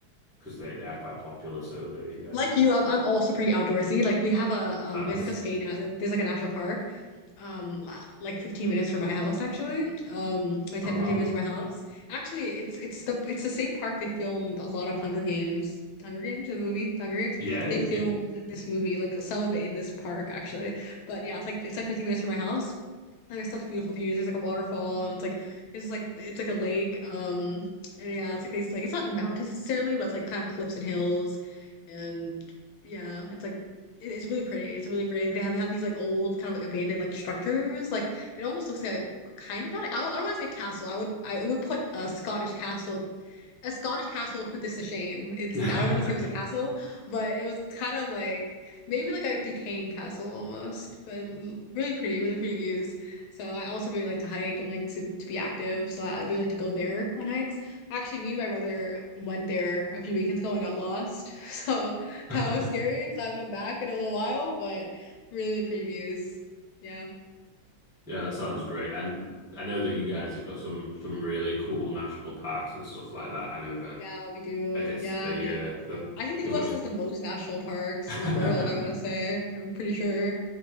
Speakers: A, in the centre; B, on the left.
A: because they, they are quite popular, so they uh,
B: like
A: they
B: you, I'm, I'm also pretty outdoorsy. Like we have a um,
A: are nice.
B: there's like a state now. There's, there's like a national park, um, la- like 15 minutes from my house actually. Um, like
A: Oh
B: 10,
A: wow,
B: 15 minutes from my house. Actually, it's it's the it's the same park they filmed a lot of Hunger Games. Hunger Games in the movie, The Hunger Games.
A: yeah,
B: They filmed
A: yeah,
B: this movie, like some of it in this park actually. But yeah, it's like it's like 15 minutes from my house. And there's such beautiful views. There's like a waterfall, and it's like it's just like it's like a lake. Um, and yeah, it's like these like it's not mountains necessarily, but it's like kind of cliffs and hills, and yeah, it's like it, it's really pretty. It's really pretty. They have they have these like old kind of like abandoned like structures. Like it almost looks like a- kind of not. I don't, I don't want to say castle. I would I it would put a Scottish castle a Scottish castle put this to shame. It's
A: yeah,
B: I don't want to say it was a castle, but it was kind of like maybe like a decaying castle almost, but l- really pretty, really pretty views. So I also really like to hike and like to, to be active. So I, I really like to go there on hikes. Actually, me and my brother went there a few weekends ago and got lost. <laughs> So
A: <laughs>
B: that was scary. So I haven't went back in a little while, but really, really pretty views. Yeah.
A: yeah. That sounds great. And I know that you guys have got some some really cool national parks and stuff like that. I know that.
B: Yeah, we do.
A: I guess
B: Yeah,
A: the
B: we
A: uh, the
B: I think the
A: the
B: US
A: most.
B: has the most national parks
A: <laughs>
B: in the world, I want to say. I'm pretty sure.